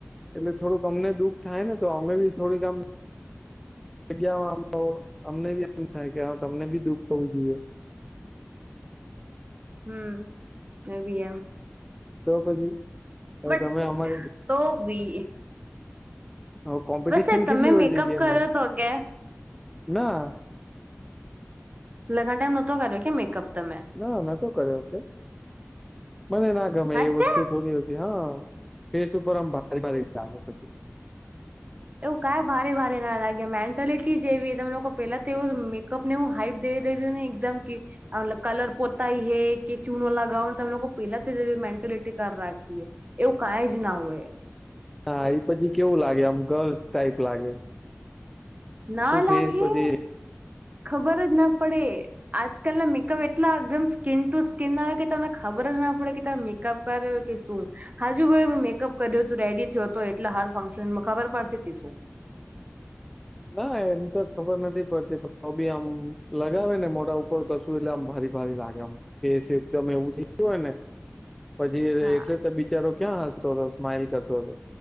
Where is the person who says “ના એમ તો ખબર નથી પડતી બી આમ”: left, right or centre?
Centre